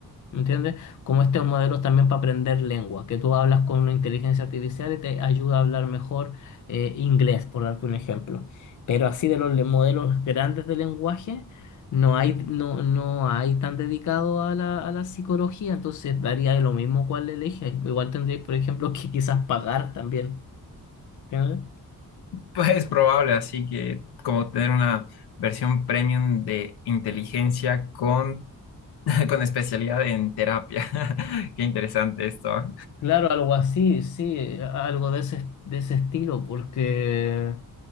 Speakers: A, on the left; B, on the left.
A: ¿Me entiendes? Como estos modelos también para aprender lengua, que tú hablas con una inteligencia artificial y te ayuda a hablar mejor eh, inglés, por darte un ejemplo. Pero así de los le- modelos grandes de lenguaje, no hay, no, no hay tan dedicado a la, a la psicología, entonces daría lo mismo cuál elige. Igual tendréis, por ejemplo, que quizás pagar también. ¿entiendes?
B: Pues es probable, así que como tener una versión premium de inteligencia con, <laughs> con especialidad en terapia. <laughs> Qué interesante esto, ¿eh?
A: Claro, algo así, sí, algo de ese, de ese estilo, porque...